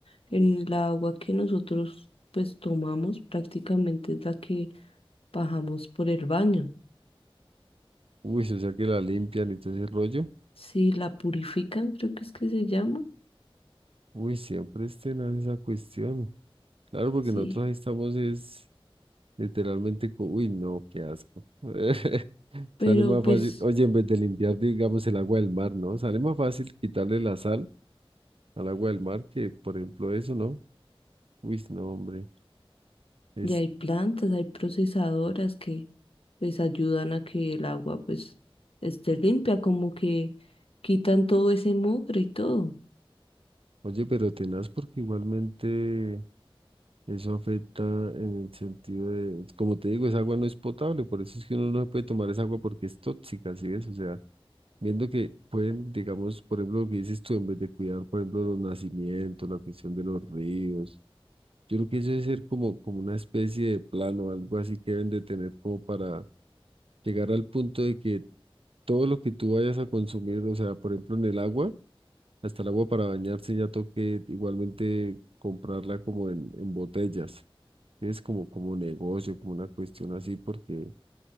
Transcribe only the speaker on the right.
Uy, o sea que la limpian y todo ese rollo.
Uy, siempre es tenaz esa cuestión. Claro, porque
nosotros ahí estamos es literalmente, co- uy, no, qué asco. <laughs>
Sale más
fácil, oye, en vez de limpiar, digamos, el agua del mar, ¿no? Sale más fácil quitarle la sal al agua del mar que, por ejemplo, eso, ¿no? Uy, no, hombre. Es,
oye, pero tenaz porque igualmente... Eso afecta en el sentido de, como te digo, esa agua no es potable, por eso es que uno no puede tomar esa agua porque es tóxica, ¿sí ves? O sea, viendo que pueden, digamos, por ejemplo, lo que dices tú, en vez de cuidar, por ejemplo, los nacimientos, la cuestión de los ríos, yo creo que eso debe ser como, como una especie de plano, algo así que deben de tener como para llegar al punto de que todo lo que tú vayas a consumir, o sea, por ejemplo, en el agua, hasta el agua para bañarse ya toque igualmente comprarla como en, en botellas. Es como, como negocio, como una cuestión así, porque